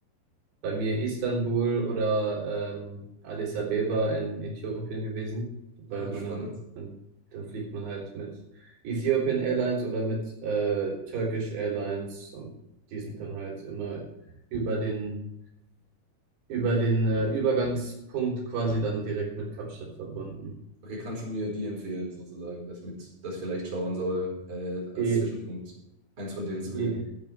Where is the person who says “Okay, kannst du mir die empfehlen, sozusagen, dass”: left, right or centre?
Right